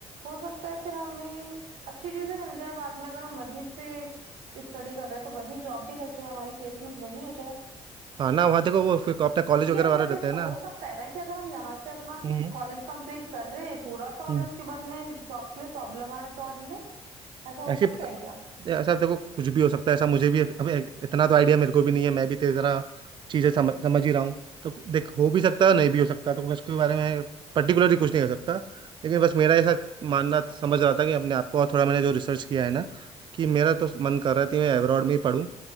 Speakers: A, on the right; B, on the right.
A: हो सकता है फिर हमें अच्छी चीजें मिल जाए बाद में अगर हम वहीं से स्टडी कर रहे हैं तो वहीं जॉब भी लग जाए हमारी प्लेसमेंट वहीं हो जाए
B: हाँ ना वहाँ देखो वो फिर अपने कॉलेज
A: क्योंकि
B: वगैरह
A: ऐसा
B: वाले रहते
A: रिस्क
B: हैं ना
A: हो सकता है ना कि अगर हम यहाँ से अपना
B: हम्म
A: कॉलेज कंप्लीट कर रहे हैं पूरा तो हमें
B: हम्म
A: उसके बाद में जॉब के लिए प्रॉब्लम आए अब्रॉड में ऐसा हो
B: ऐसे
A: सकता है क्या
B: ऐसा देखो कुछ भी हो सकता है ऐसा मुझे भी अब ए- इतना तो आइडिया मेरे को भी नहीं है मैं भी तेरी तरह चीजें समझ समझ ही रहा हूँ तो देख हो भी सकता है नहीं भी हो सकता तो मैं इसके बारे में पर्टिकुलरली कुछ नहीं कर सकता लेकिन बस मेरा ऐसा मानना समझ रहा था कि अपने आप को और थोड़ा मैंने जो रिसर्च किया है ना कि मेरा तो मन कर रहा था कि मैं अब्रॉड में ही पढूं